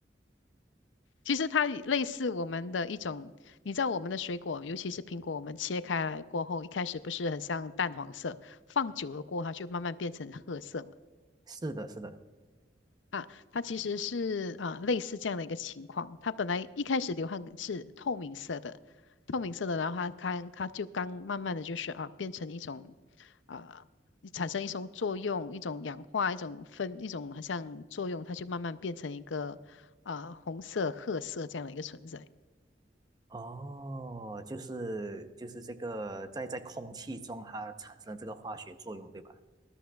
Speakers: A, on the left (about 85°); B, on the right (about 20°).
A: 其实它也类似我们的一种，你知道我们的水果，尤其是苹果，我们切开来过后，一开始不是很像淡黄色，放久了过后，它就慢慢变成褐色
B: <laughs> 是的，是的。
A: 啊，它其实是啊、呃类似这样的一个情况。它本来一开始流汗是透明色的，透明色的，然后它它它就刚慢慢的就是啊变成一种啊、产生一种作用，一种氧化，一种分，一种好像作用，它就慢慢变成一个啊、红色、褐色这样的一个存在。
B: 哦，就是就是这个在在空气中它产生了这个化学作用，对吧？